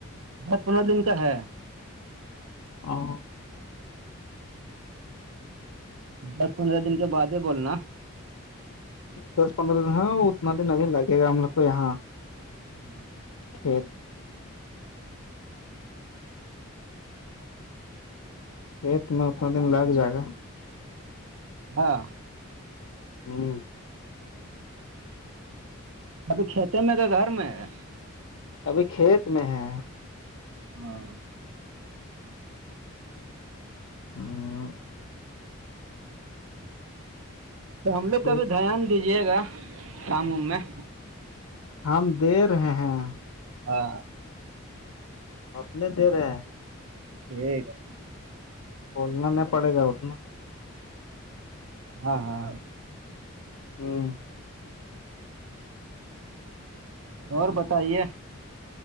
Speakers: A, on the right; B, on the left.
A: دس پندرہ دن کا ہے
B: ا <unintelligible>
A: دس پندرہ دن کے بع ہی بولنا
B: دس پندرہ دن ہے وہ اتنا دن ابھی لگے گا ہم لوگ کو یہاں
A: ہ <inaudible>
B: کھیت <unintelligible> کھیت میں اتنا دن لگ جائے گا <unintelligible>
A: ہاں
B: ہوں
A: ابھی کھیتے میں تو گھر میں ہے
B: ابھی کھیت میں ہے
A: ہاں
B: ہ <unintelligible>
A: تو ہم لوگ
B: کھیت
A: کابھی دھیان دیجیے گا کام ووم میں
B: ہم دے رہے ہیں
A: ہاں
B: اپنے دے رہے ہیں <unintelligible>
A: ایک <unintelligible>
B: بولنا نہیں پڑے گا اتنا
A: ہاں ہاں ہاں
B: ہاں <unintelligible>
A: اور بتائیے